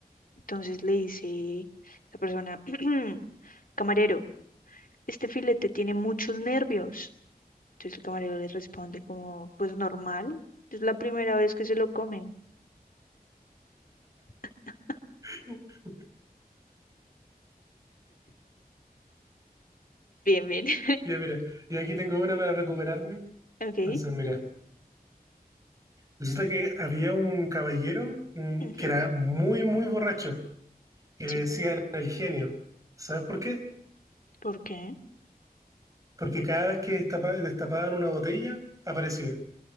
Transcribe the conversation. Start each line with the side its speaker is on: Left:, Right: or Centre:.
Left: Entonces le dice esta persona, <clears throat> camarero, este filete tiene muchos nervios. Entonces el camarero le responde como, pues normal, es la primera vez que se lo comen. <laughs>
Right: <laughs>
Left: Bien, bien. <laughs>
Right: Ya, mira, y aquí tengo una para recuperarme.
Left: Ok.
Right: Entonces, mira, resulta que había un caballero mm,
Left: ujú,
Right: que era muy, muy borracho y le
Left: Sí.
Right: decían el genio. ¿Sabes por qué?
Left: ¿Por qué?
Right: Porque cada vez que destapa- destapaban una botella, aparecía.